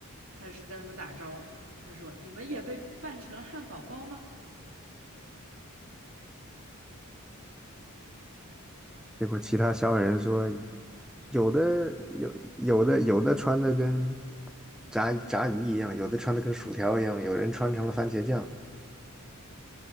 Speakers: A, on the right; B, in the centre.
A: 他是跟他们打招呼，他说：“你们也被扮成了汉堡包吗？”
B: 结果其他小矮人说，有的有有的有的穿的跟炸炸鱼一样，有的穿的跟薯条一样，有人穿成了番茄酱。